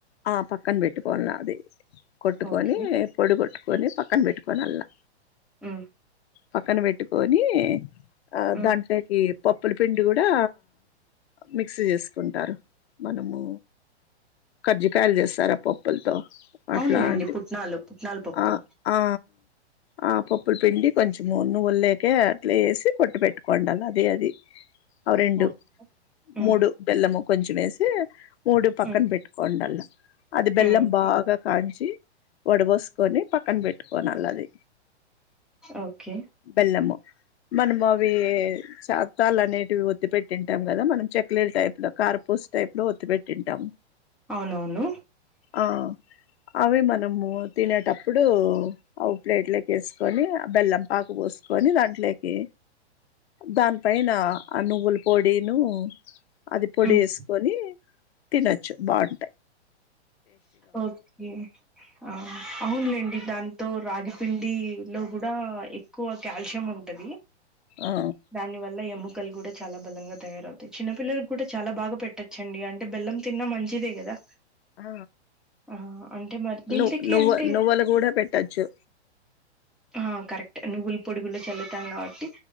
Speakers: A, on the left (about 65°); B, in the centre.
A: ఆ పక్కన పెట్టుకోవాల అది కొట్టుకొని
B: ఓకే
A: పొడి కొట్టుకొని పక్కన పెట్టుకొని అల్లా
B: హ్
A: పక్కన పెట్టుకొని ఆ
B: ఉమ్
A: దాంట్లోకి పప్పుల పిండి కూడా మిక్సి చేసుకుంటారు, మనము కర్జికాయలు చేస్తారు ఆ పప్పులతో అట్లాంటి
B: అవునులేండి పుట్నాలు పుట్నాల పప్పు
A: ఆ ఆ ఆ పప్పుల పిండి కొంచెం నువ్వులోకి అట్లా ఏసి కొట్టి పెట్టుకొండాల అదే అది అవి రెండు,
B: ఓకే ఉమ్
A: మూడు బెల్లము కొంచెం ఏసి మూడు పక్కన
B: ఉమ్
A: పెట్టు కొండల్లా అది బెల్లం
B: ఉమ్
A: బాగా కాంచి వడ పోసుకొని పక్కన పెట్ కోనాలది.
B: ఓకే
A: బెల్లము మనము అవీ చాత్తాలు అనేటివి ఒత్తిపెట్టింటాం కదా మనం చెక్లిల టైప్ లో కార్పూస టైప్లో ఒత్తి పెట్టింటాము.
B: అవునవును.
A: ఆ అవి మనము తినేటప్పుడు ఓ ప్లేట్లోకి ఏసుకొని, ఆ బెల్లం పాక పోసుకొని దాంట్లోకి దాని పైన ఆ నువ్వుల పొడిను అది పొడి
B: ఉమ్
A: వేసుకొని తినొచ్చు బావుం
B: ఓకే ఆ అవలేండి దాంతో రాగిపిండి లో కూడా ఎ ఎక్కువ కాల్షియం ఉంటది
A: ఆ
B: దాని వల్ల ఎము కలు కూడా చాలా బలంగా తయారవుతాయి. చిన్న పిల్లలకు కూడా చాలా బాగా పెట్టచ్చండి అంటే బెల్లం తిన్నా మంచిదే కదా.
A: ఆ
B: ఆ అంటే మరి దీంట్లోకి
A: ను నువ్వ
B: అంటే
A: నువ్వలు కూడా పెట్టచ్చు.
B: ఆ కరెక్ట్ నువ్వుల పొడికూడా చల్లుతాం కాబట్టి